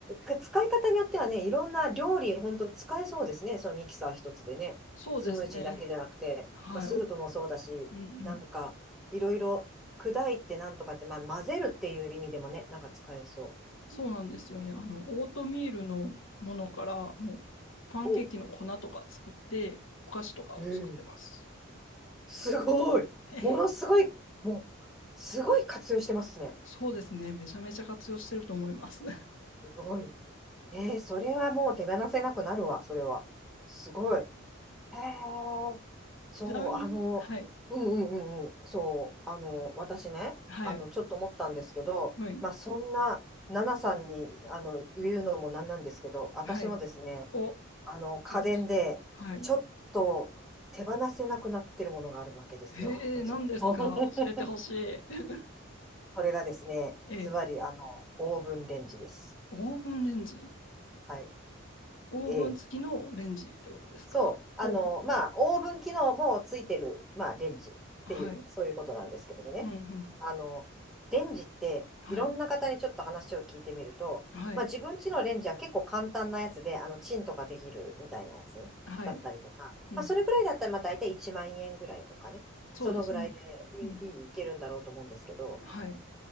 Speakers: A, in the centre; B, on the left.
A: か使い方によってはね、いろんな料理、本当使えそうですね。そのミキサー一つでね。
B: そうですね。
A: スムージーだけじゃなくて、
B: はい。
A: まあ、スープもそうだし、
B: お、うんうん。
A: なんか、いろいろ砕いてなんとかって、まあ、混ぜるっていう意味でもね、なんか使えそ
B: そうなんですよね。あの、オートミールのものから、もう、パンケーキの粉とか作って、
A: う。お、
B: お菓子とかを作ってます。
A: うん。すごい。
B: <laughs>
A: ものすごい、もう、すごい活用してますね。
B: そうですね。めちゃめちゃ活用してると思います。<laughs>
A: すごい。えー、それはもう手放せなくなるわ、それは。すごい。へーそう、
B: ちなみに、
A: あの、
B: はい、
A: うんうんうんうん、そう、あの、私ね、
B: はい、
A: あの、ちょっと思ったんですけど、
B: はい、
A: まあ、そんな、ナナさんに、あの、言うのもなんなんですけど、私もですね、
B: はい。お、教
A: あの、家電で、
B: えてほしい。はい。
A: ちょっと手放せなくなってるものがあるわけですよ、
B: へえ、
A: こちら。
B: 何ですか教えてほしい。
A: <laughs>
B: <laughs>
A: それがですね、
B: ええ、
A: ズバリ、あの、オーブンレンジです。
B: オーブンレンジ。
A: は
B: オーブン付きのレンジってことですかほうほうほう。
A: い。ええそう。あの、まあ、オーブン機能もついてる、まあ、レンジっていう、
B: はい。
A: そういうことなんですけれどね。
B: うんうん。
A: あの、レンジって、
B: はい。
A: いろんな方にちょっと話を聞いてみると、
B: はい。
A: まあ、自分家のレンジは結構簡単なやつで、あの、チンとかできるみたいなやつだったりとか、
B: はい。うん。
A: まあ、それぐらいだったら、まあ、大体1万円ぐらいとかね、
B: そうですね。
A: そのぐらいでい、
B: うん。
A: いいけるんだろうと思うんですけど、
B: はい。